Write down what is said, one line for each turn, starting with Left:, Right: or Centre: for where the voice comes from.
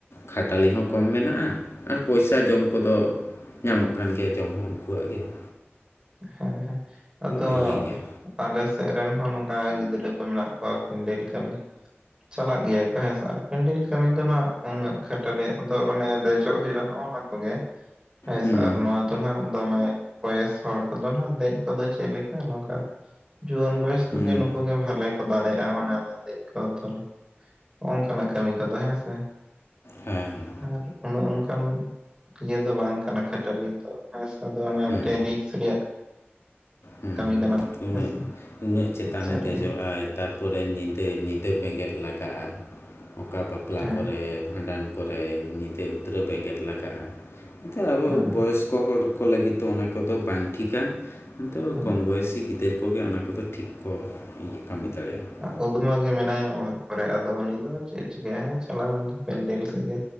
Left: ᱠᱷᱟᱴᱟᱞᱤ ᱦᱚᱸ ᱠᱚᱢ ᱢᱮᱱᱟᱜᱼᱟ ᱟᱨ ᱯᱚᱭᱥᱟ ᱡᱚᱢ ᱠᱚᱫᱚ ᱧᱟᱢᱚᱜ ᱠᱟᱱ ᱜᱮᱭᱟ ᱡᱚᱢ ᱦᱚᱸ ᱩᱱᱠᱩᱣᱟᱜ ᱜᱮ ᱾
Right: ᱦᱮᱸ ᱦᱮᱸ ᱟᱫᱚ
Left: ᱤᱭᱟᱹ ᱜᱮᱭᱟ
Right: ᱟᱞᱮ ᱥᱮᱫ ᱨᱮᱱ ᱦᱚᱸ ᱱᱚᱝᱠᱟ ᱜᱤᱫᱽᱨᱟᱹ ᱠᱚ ᱢᱮᱱᱟᱜ ᱠᱚᱣᱟ ᱯᱮᱱᱰᱮᱞ ᱠᱟᱹᱢᱤ ᱪᱟᱞᱟᱜ ᱜᱮᱭᱟ ᱠᱚ ᱦᱮᱸᱥ ᱟᱨ ᱠᱮᱱᱰᱮᱞ ᱠᱟᱹᱢᱤ ᱫᱚ ᱱᱟᱜ ᱩᱱᱟᱹᱜ ᱠᱷᱟᱴᱟᱞᱤᱭᱟᱜ ᱫᱚ ᱚᱱᱮ ᱫᱮᱡᱚᱜ ᱦᱩᱭᱩᱜᱼᱟ, ᱚᱱᱟ ᱠᱚᱜᱮ ᱾ ᱦᱮᱥ
Left: ᱦᱮᱸ
Right: ᱟᱨ ᱱᱚᱣᱟ ᱫᱚ ᱱᱟᱜ ᱫᱚᱢᱮ ᱵᱚᱭᱮᱥ ᱦᱚᱲ ᱠᱚᱫᱚ ᱱᱟᱜ ᱫᱮᱡ ᱠᱚᱫᱚ ᱪᱮᱫ ᱞᱮᱠᱟ, ᱱᱚᱝᱠᱟ ᱡᱩᱣᱟᱹᱱ ᱵᱚᱭᱮᱥ ᱠᱚᱜᱮ
Left: ᱦᱮᱸ
Right: ᱱᱩᱠᱩᱜ ᱜᱮ ᱵᱷᱟᱞᱮ ᱠᱚ ᱫᱟᱲᱮᱭᱟᱜᱼᱟ, ᱫᱮᱡᱽ ᱠᱚ ᱛᱚᱞ ᱚᱜᱚᱭ ᱱᱚᱝᱠᱟᱱᱟᱜ ᱠᱟᱹᱢᱤ ᱠᱚᱫᱚ ᱦᱮᱸ ᱥᱮ᱾
Left: ᱦᱮᱸ ᱦᱮᱸ
Right: ᱟᱨ ᱩᱱᱮ ᱚᱝᱠᱟᱱ ᱤᱭᱟᱹ ᱫᱚ ᱵᱟᱝ ᱠᱟᱱᱟ ᱠᱷᱟᱹᱴᱟᱹᱞᱤ ᱫᱚ᱾ ᱚᱱᱮ ᱚᱱᱠᱟ
Left: ᱦᱮᱸ
Right: ᱨᱤᱠᱥ ᱨᱮᱭᱟᱜ
Left: ᱦᱩᱸ
Right: ᱠᱟᱹᱢᱤ
Left: ᱦᱩᱸ
Right: ᱠᱟᱱᱟ
Left: ᱦᱩᱸ
Right: ᱦᱮᱸᱥᱮ
Left: ᱩᱱᱟᱹᱜ- ᱩᱱᱟᱹᱜ ᱪᱮᱛᱟᱱᱮ
Right: ᱥᱟᱹᱨᱤᱜᱮ
Left: ᱫᱮᱡᱚᱜᱼᱟᱭ᱾ ᱛᱟᱨᱯᱚᱨᱮ ᱧᱤᱫᱟᱹ, ᱧᱤᱫᱟᱹ ᱵᱮᱸᱜᱮᱫ ᱞᱟᱜᱟᱜᱼᱟ᱾ ᱚᱠᱟ ᱵᱟᱯᱞᱟ
Right: ᱦᱮᱸ
Left: ᱠᱚᱨᱮ ᱵᱷᱟᱸᱰᱟᱱ ᱠᱚᱨᱮ ᱧᱤᱫᱟᱹ ᱩᱛᱨᱟᱹᱣ ᱵᱮᱸᱜᱮᱫ ᱞᱟᱜᱟᱜᱼᱟ᱾ <inaudible> ᱟᱵᱚ
Right: ᱦᱮᱸ
Left: ᱵᱚᱭᱚᱥ ᱠᱚ ᱦᱚᱲ ᱠᱚ ᱞᱟᱹᱜᱤᱫ ᱫᱚ ᱚᱱᱟ ᱠᱚᱫᱚ ᱵᱟᱝ ᱴᱷᱤᱠᱟ᱾ ᱠᱤᱱᱛᱩ
Right: ᱦᱮᱸ
Left: ᱠᱚᱢ ᱵᱚᱭᱮᱥᱤ ᱜᱤᱫᱟᱹᱨ ᱠᱚ ᱠᱚᱜᱮ ᱚᱱᱟ ᱠᱚᱫᱚ ᱴᱷᱤᱠ ᱠᱚ ᱤᱭᱟᱹ ᱠᱟᱹᱢᱤ ᱫᱟᱲᱮᱭᱟᱜᱼᱟ ᱾
Right: ᱩᱫᱽᱢᱟᱹ ᱜᱮ ᱢᱮᱱᱟᱭᱟ᱾ ᱚᱲᱟᱜ ᱠᱚᱨᱮ ᱟᱫᱚ ᱩᱱᱤ ᱫᱚ ᱪᱮᱫ ᱪᱤᱠᱟᱹᱭᱟ ᱪᱟᱞᱟᱣ ᱢᱮ ᱫᱩ ᱯᱮᱱᱰᱮᱞ ᱥᱮᱫ ᱜᱮ᱾